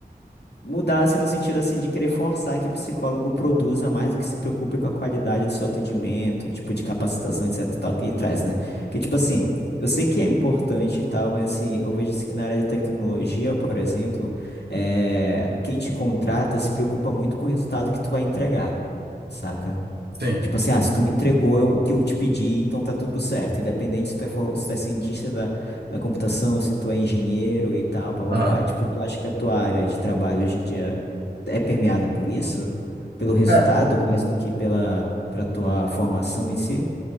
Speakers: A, on the left (about 75°); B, on the right (about 70°).
A: Mudasse no sentido assim de querer forçar que o psicólogo produza mais do que se preocupe com a qualidade do seu atendimento, tipo de capacitação, etc, e tal, que ele traz, né? Porque, tipo assim, eu sei que é importante e tal, mas assim, eu vejo assim que na área de tecnologia, por exemplo, é quem te contrata se preocupa muito com o resultado que tu vai entregar, saca?
B: sim,
A: Tipo assim, ah, se tu me entregou eu- o que eu te pedi, então tá tudo certo. Independente se tu é, for- se tu é cientista da, da computação, se tu é engenheiro e tal, papapá.
B: aham.
A: Tipo, tu acha que a tua área de trabalho hoje em dia é permeada por isso? Pelo resultado,
B: Cara,
A: mais do que pela, pela tua formação em si?